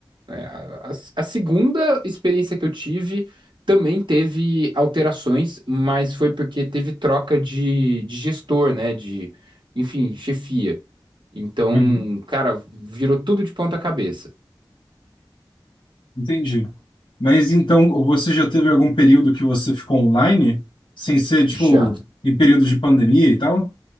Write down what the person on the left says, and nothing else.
uhum.
Entendi. Mas então você já teve algum período que você ficou online, sem ser, tipo,
em períodos de pandemia e tal?